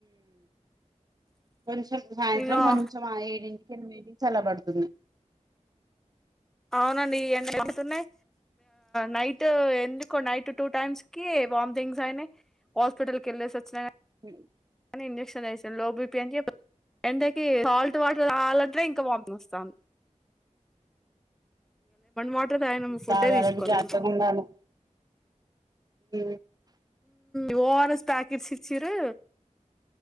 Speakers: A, on the right; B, in the centre.
A: కొంచెం సాయంత్రం
B: ఇక
A: కొంచెం ఆ ఏడింటికి ఎనిమిది చల్ల బడుతుంది
B: అవునండి ఈ ఎన్న ఎగుతున్నాయి నైట్ ఎందుకు నైట్ టూ టైమ్స్ కి వథంగ్స్యనే హాస్పిటల్కి వెల్ సచ్చిన
A: స
B: ఇంజెక్షన్ లోబ పి ఎంటకి సాల్ట్ వాటర్ రావాలంటే ఇంకా పంపింగ్ వస్తాను వాటర్ తాగినం ఫుడ్డే
A: కాగాాలకు
B: తీసుకోలే
A: అర్థకుడాను
B: ఇంకా
A: హ
B: ఉ ఓఆర్ఎస్ ప్యాకెట్స్చ్చరు